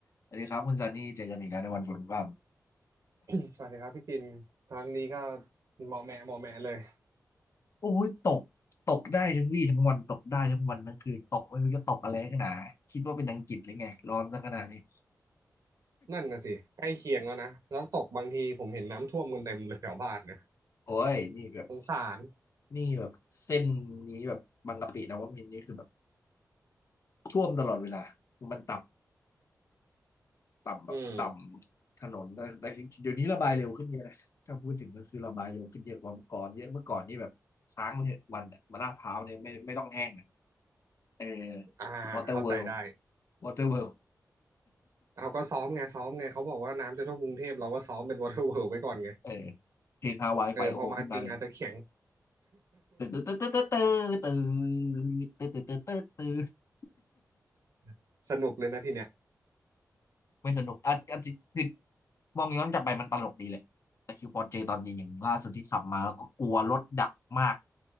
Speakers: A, on the left (about 50°); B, on the right (about 60°).
A: สวัสดีครับคุณซันนี่เจอกันอีกแล้วในวันฝนพร
B: <coughs> สวัสดีครับพี่กินครั้งนี้ก็เหมาะแหมะเหมาะแหมะเลย
A: ำโอ้ยตกตกได้ทั้งวี่ทั้งวันตกได้ทั้งวันทั้งคืนตกไม่รู้จะตกอะไรนักหนาคิดว่าเป็นอังกฤษหรือไงร้อนซะขนาดนี้
B: นั่นน่ะสิใกล้เคียงแล้วนะแล้วตกบางทีผมเห็นน้ำท่วมกันเต็มเลยแถวบ้านเนี่ย
A: โอ้ยนี่แบบ
B: สงสาร
A: นี่แบบเส้นนี้แบบบางกะปินะว่ามินทร์นี่คือแบบท่วมตลอดเวลามันต่ำต่ำแบบต่ำถนนแต่แต่เดี๋ยวนี้ระบายเร็วขึ้นเยอะนะถ้าพูดถึงก็คือระบายเร็วขึ้นเยอะกว่าเมื่อก่อนเยอะเมื่อก่อนนี่แบบค้างไปเถอะวันอะมาลาดพร้าวเนี่ยไม่ไม่ต้องแห้งอะ
B: อืม
A: เออ
B: อ่าเข้าใจได้
A: วอเตอร์เวิลด์วอเตอร์เวิล
B: เอาก็ซ้อมไงซ้อมไงเขาบอกว่าน้ำจะท่วมกรุงเทพเราก็ซ้อมเป็นวอเตอร์เวิลไว้ก่อนไง
A: เออเพลงฮาวายไฟโอขึ้นมาเลย
B: เออพอมาจริงอาจจะแข็ง
A: ตื่นตื่นตื่นตื่นตื่นตื่นตื่นตื่นตื่นตื่นตื่น
B: <laughs> สนุกเลยนะทีเนี้ย
A: ไม่สนุกอ่ะอ่ะจริคือมองย้อนกลับไปมันตลกดีแหละแต่คิวปอนเจตอนยิงอย่างล่าสุดที่ขับมาก็กลัวรถดับมาก